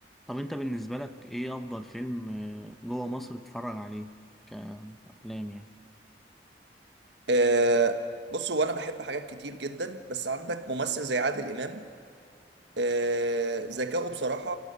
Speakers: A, in the centre; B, on the right.
A: طب انت بالنسبة لك ايه افضل فيلم آه، جوه مصر تتفرج عليه كأفلام يعني
B: آه بص هو انا بحب حاجات كتير جدا بس عندك ممثل زي عادل امام آه ذكائه بصراحه